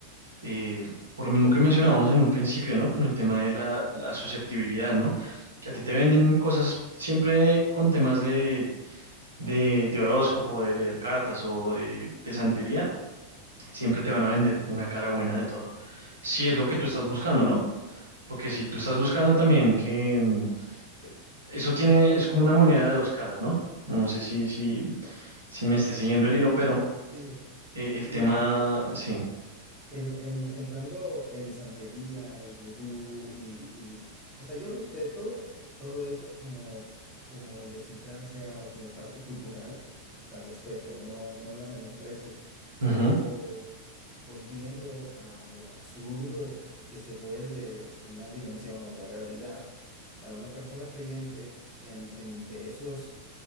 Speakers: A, on the right (about 80°); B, in the centre.
A: Eh, por lo mismo que mencionábamos en un principio, ¿no? Con el tema de la, la susceptibilidad, ¿no? Que a ti te venden cosas siempre con temas de, de, de horóscopo, de leer cartas o de, de santería, siempre te van a vender una cara buena de todo. Si es lo que tú estás buscando, ¿no? Porque si tú estás buscando también que... mm, eso tiene, es como una moneda de dos caras, ¿no? No sé si, si, si me esté siguiendo el hilo, pero
B: Sí,
A: eh, el
B: mira,
A: tema, sí,
B: en- en- entrando en santería y vudú y, y- o sea, yo respeto todo eso como, como idiosincrasia o como parte cultural, la respeto, no, no la menosprecio,
A: ujú,
B: pero volviendo a lo absurdo que se vuelve una dimensión o la realidad para una persona creyente en, en de esos,